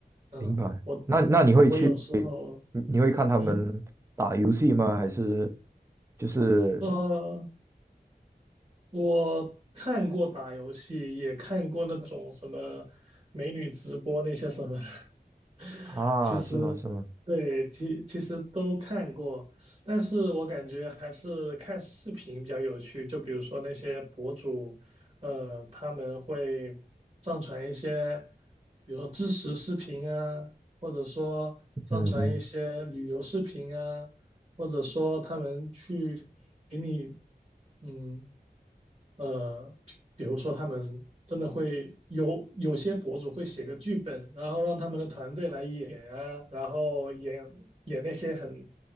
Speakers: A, on the right; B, on the right.
A: 嗯、
B: 明白。
A: 我
B: 那那你会去，
A: 我有时候，
B: 你你会看他们打游戏吗？
A: 嗯
B: 还是就是
A: 呃，我看过打游戏，也看过那种什么美女直播那些什么的 <laughs>
B: 啊？
A: 其实对，
B: 是吗？是吗？
A: 其其实都看过，但是我感觉还是看视频比较有趣。就比如说那些博主，呃，他们会上传一些，比如说知识视频啊，或者说上传一些旅游视频啊，
B: 嗯哼，
A: 或者说他们去给你。嗯，呃，比比如说他们真的会有有些博主会写个剧本，然后让他们的团队来演啊，然后演演那些很